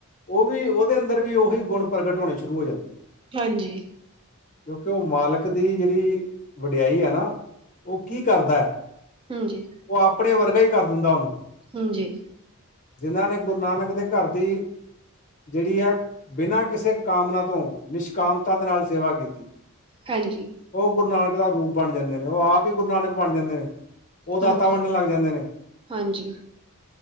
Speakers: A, on the left; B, on the right.
A: ਉਹ ਵੀ, ਉਹਦੇ ਅੰਦਰ ਵੀ, ਉਹੀ ਗੁਣ, ਪ੍ਰਗਟ ਹੋਣੇ ਸ਼ੁਰੂ ਹੋ ਜਾਂਦੇ।
B: ਹਾਂਜੀ।
A: ਕਿਉਂਕਿ, ਉਹ ਮਾਲਕ ਦੀ, ਜਿਹੜੀ ਵਡਿਆਈ ਹੈ, ਨਾ। ਉਹ ਕੀ, ਕਰਦਾ ਐ।
B: ਹਾਂਜੀ।
A: ਔ ਆਪਣੇ, ਵਰਗਾ ਈ, ਕਰ ਦਿੰਦਾ ਔਨੂੰ।
B: ਹਂਜੀ।
A: ਜਿਨਾਂ ਨੇ, ਗੁਰੂ ਨਾਨਕ, ਦੇ ਘਰ ਦੀ ਜੇਹੜੀ ਆ, ਬਿਨਾਂ ਕਿਸੇ ਕਾਮਨਾ ਤੋਂ, ਨਿਸ਼ਕਾਮਤਾ ਦੇ ਨਾਲ ਸੇਵਾ ਕੀਤੀ।
B: ਹਾਂਜੀ।
A: ਔ, ਗੁਰੂ ਨਾਨਕ ਦਾ, ਰੂਪ ਬਣ ਜਾਂਦੇ ਨੇ। ਔ, ਆਪ ਹੀ, ਗੁਰੂ ਨਾਨਕ ਬਣ ਜਾਂਦੇ ਨੇ। ਔ ਦਾਤਾਂ,
B: ਹਾਂਜੀ
A: ਵੰਡਣ ਲੱਗ ਜਾਂਦੇ ਨੇ।
B: ਹਾਂਜੀ